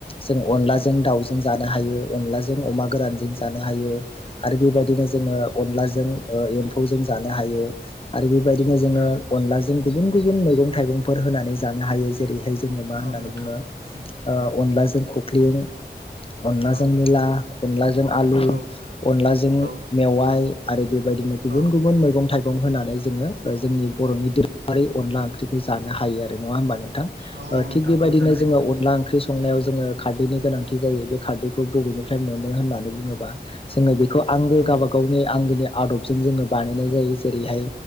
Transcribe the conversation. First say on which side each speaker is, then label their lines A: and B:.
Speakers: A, on the left; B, on the right.
A: जों अनलाजों
B: औ
A: दावजों जानो हायो अनलाजों अमा गोरानजों जानो हायो आरो बेबायदिनो जोङो अनलाजों ओ एम्फौजों जानो हायो आरो बेबायदिनो
B: औ नोंथां
A: जोङो अनलाजों गुबुन गुबुन मैगं थाइगंफोर होनानै जानो हायो जेरैहाय जोङो मा होननानै
B: औ नोंथां
A: बुङो
B: उम
A: ओ अनलाजों खख्लिं अनलाजों
B: औ
A: मुला अनलाजों आलु
B: औ
A: अनलाजों
B: औ
A: मेवाय आरो बे बेबायदिनो गुबुन
B: औ
A: गुबुन मैगं थाइगं होनानै जोङो जोंनि बर'नि दोरोङारि अनला ओंख्रिखौ जानो हायो आरो नङा होनबा नोंथां
B: औ
A: ओ
B: नोंथां
A: थिग बेबायदिनो
B: औ जानो हायो
A: जोङो अनला ओंख्रि संनायाव जोङो खारदैनि गोनांथि जायो बे खारदैखौ बबेनिफ्राय मोनो होननानै बुङोबा जोङो खौ आंगो
B: औ
A: गावाबा गावनि आंगोनि आदबजों जोङो बानायनाय जायो जेरैहाय